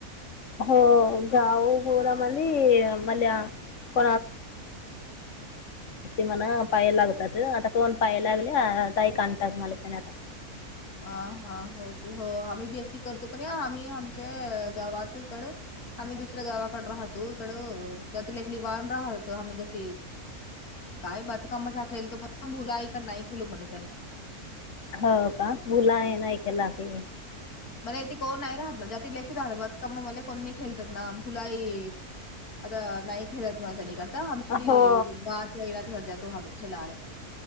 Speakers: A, on the left (about 55°); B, on the left (about 80°).
A: हो गाऊ घोरमली मली मल्या. <unintelligible> म पाय लागतात आता कोण पाय लागले तई कातात मलाच्या आता.
B: अ हा हो हो आम्ही बीसी करतो पण या आम्ही आमच्या गावात इकड. आम्ही दुसऱ्या गावाकडे राहतो इकड जातलेली वान राहत आम्ही कस. काय बातकाम हा खेळतो पण भुलाई का नाही खेलू म्हला त्याने.
A: हो का मुुला आहे ऐ केला की.
B: मला इथे कोण नाही राहत ना ज्यातलेक्म राहत ब का मग मला कोणणी खेळतात ना खुलाई. आता नाही खेळत म त्यानीकडता आमची
A: हो
B: बाच्याणाची सध्या तो हम्ही खेलाले आहे.